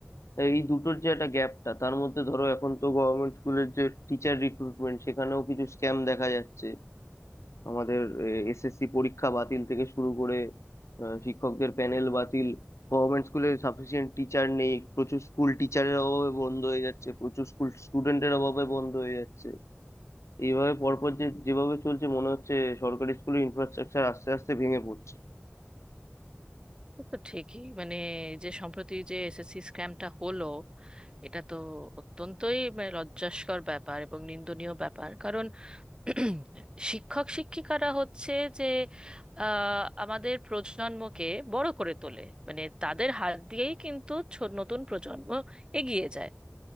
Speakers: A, on the left (about 90°); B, on the right (about 20°).
A: তাই এই দুটোর যে একটা গ্যাপটা তার মধ্যে ধরো এখন তো গভর্নমেন্ট স্কুলের যে টিচার রিক্রুটমেন্ট সেখানেও কিছু স্ক্যাম দেখা যাচ্ছে আমাদের এসএসসি পরীক্ষা বাতিল থেকে শুরু করে আহ, শিক্ষকদের প্যানেল বাতিল গভর্নমেন্ট স্কুলে সাফিসিয়েন্ট টিচার নেই প্রচুর স্কুল টিচারের অভাবে বন্ধ হয়ে যাচ্ছে প্রচুর স্কুল স্টুডেন্টের অভাবে বন্ধ হয়ে যাচ্ছে এইভাবে পরপর যে যেভাবে চলছে মনে হচ্ছে সরকারি স্কুলের ইনফ্রাস্ট্রাকচার আস্তে আস্তে ভেঙে পড়ছে
B: সে তো ঠিকই মানে এই যে সম্প্রতি যে এসএসসি স্ক্যামটা হলো এটা তো অত্যন্তই মানে লজ্জাস্কর ব্যাপার এবং নিন্দনীয় ব্যাপার কারণ <clears throat> শিক্ষক শিক্ষিকারা হচ্ছে যে আহ, আমাদের প্রজন্মকে বড় করে তোলে মানে তাদের হাত দিয়েই কিন্তু ছো- নতুন প্রজন্ম এগিয়ে যায়